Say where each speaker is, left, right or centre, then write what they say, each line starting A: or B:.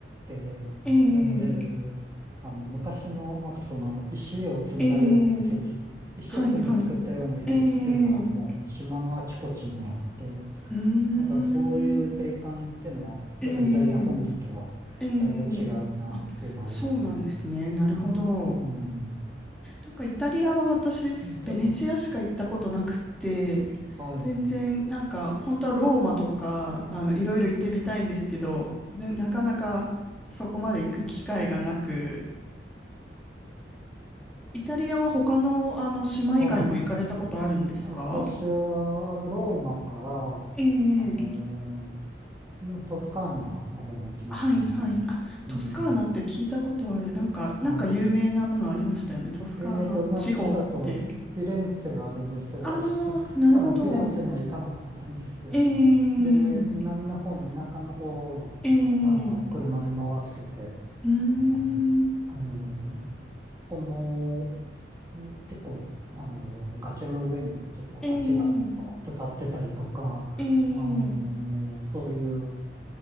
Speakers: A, on the right; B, in the centre.
A: て呼んでる、
B: ええ
A: あの、昔の、なんかその、石を積んだような遺跡、
B: ええ
A: 石を組んで作ったような遺跡ってのが、
B: はいはい、ええ
A: もう島のあちこちにあって、
B: うーん、
A: だからそういう景観ってのは、
B: ええ
A: やっぱイタリア本土とはだいぶ違うなっていうのありますね。
B: ええあ、そうなんですね、なるほど。
A: うん。
B: なんかイタリアは私、
A: うんちょっと、
B: ベネチアしか行ったことなくて、
A: はい。
B: 全然なんか本当はローマとかあのいろいろ行ってみたいんですけど、
A: ちょっと、
B: ぜなかなかそこまで行く機会がなく、イタリアは他の、あの島以外も行かれたことあるんですか
A: はい。私は、あの、ローマから、
B: ええ、
A: あのートスカーナの方も行きましたね。
B: はいはい。あ、
A: うん、
B: トスカーナって聞いたことある。なんか、
A: はい。
B: なんか有名なものありましたよね、トスカーナ地方って。
A: えーと、街だとフィレンツェがあるんですけど、
B: あ
A: 私、<laughs>
B: あ、なるほど。
A: あの、フィレンツェには行かなかったんですよね。
B: ええ、
A: で、南の方の田舎の方を、
B: え
A: まあ、あの、
B: え。
A: 車で回ってて、
B: うーん。
A: ね、あの、ここも、ん結構、あの、崖の上に結構街がドーンと立ってたりとか、
B: ええええ
A: あの、そういう、